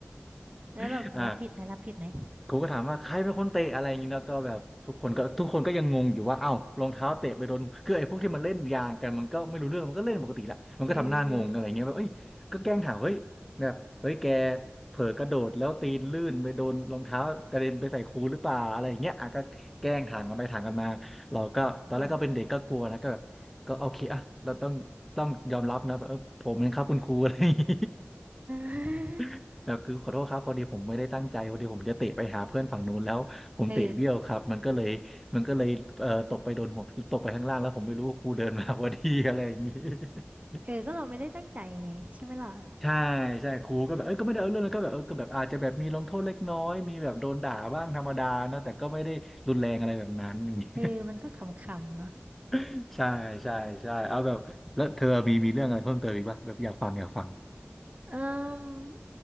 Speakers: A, on the right; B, in the centre.
A: แล้วแบบรับผิดไหมรับผิดไหม
B: <laughs> อ่า ครูก็ถามว่าใครเป็นคนเตะอะไรอย่างนี้แล้วก็แบบทุกคนก็ทุกคนก็ยังงงอยู่ว่าเอ้ารองเท้าเตะไปโดนคือไอ้พวกที่มันเล่นยางกันมันก็ไม่รู้เรื่องมันก็เล่นปกติแหละมันก็ทำหน้างงอะไรเงี้ยแบบเอ้ยก็แกล้งถามเฮ้ยแบบเฮ้ยแก
A: เออเออ
B: เผลอกระโดดแล้วตีนลื่นไปโดนรองเท้ากระเด็นไปใส่ครูหรือเปล่าอะไรอย่างเงี้ยอ่ะก็แกล้งถามกันไปถามกันมาเราก็ตอนแรกก็เป็นเด็กก็กลัวนะก็แบบก็โอเคอ่ะเราต้องต้องยอมรับนะแบบเออผมเองครับคุณครูอะไรอย่างงี้
A: อืม <laughs> อ่า
B: <laughs> เออคือขอโทษครับพอดีผมไม่ได้ตั้งใจพอดีผมจะเตะไปหาเพื่อนฝั่งนู้นแล้วผมเตะเบี้ยวครับมันก็เลยมันก็เลยเอ่อตกไปโดนหัวตกไปข้างล่างแล้วผมไม่รู้ครูเดินมา
A: เออ
B: <laughs> พอดีอะไรอย่างนี้ <laughs>
A: เออก็เราไม่ได้ตั้งใจไงใช่ไหมล่ะ
B: ใช่ใช่ครูก็แบบเอ้ยก็ไม่ได้เอาเรื่องแล้วก็แบบเออก็แบบอาจจะแบบมีลงโทษเล็กน้อยมีแบบโดนด่าบ้างธรรมดาเนอะแต่ก็ไม่ได้รุนแรงอะไรแบบนั้นอย่างนี้
A: เออมันก็ขำๆเนาะ
B: <laughs> ใช่ใช่ใช่เอาแบบแล้วเธอมีมีเรื่องอะไรเพิ่มเติมอีกป่ะแบบอยากฟังอยากฟัง
A: เออ